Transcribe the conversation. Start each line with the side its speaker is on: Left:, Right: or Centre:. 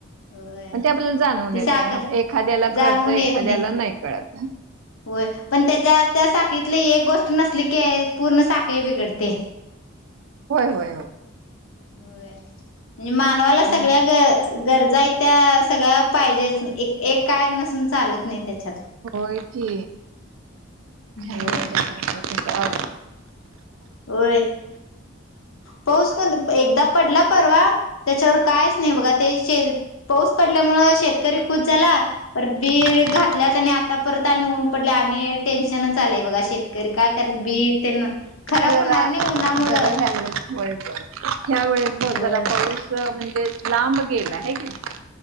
Left: होय
Right: पण ते आपल्याला जाणवून
Left: ती
Right: येत
Left: साखर
Right: नाही आप एखाद्याला
Left: जाणवून
Right: कळत एखाद्याला
Left: येत
Right: नाही कळत हम
Left: होय पण त्याच्या त्या साखळीतली एक गोष्ट ष्ट नसली की पूर्ण साखळी बिघडते
Right: होय होय हो
Left: होय म्हण्जे मानवाला सगळ्या
Right: हम्म.
Left: ग गरजाही त्या सगळ्या पाहिजेच एक एक काय नसून चालत नाही त्या
Right: हो की खाय
Left: हो
Right: जावु
Left: होय पाऊस कोणद एकदा पडला परवा त्याच्यावर कायच नाही बघा ते शद पाऊस पडल्यामुळ शेतकरी खुश झाला पर बी
Right: होय
Left: घातल्यात आणि आता परत आणि ऊन पडले आणि टेन्शनच आलेय बघा शेतकरी काय कररा बी तेन खराब
Right: जरा
Left: होणार नाही उन्हामुळं
Right: जरा त्यागळेच वय बग ह्यावेळेस बग
Left: होय
Right: जरा पाऊस म्हणजे लांब गला हे कनी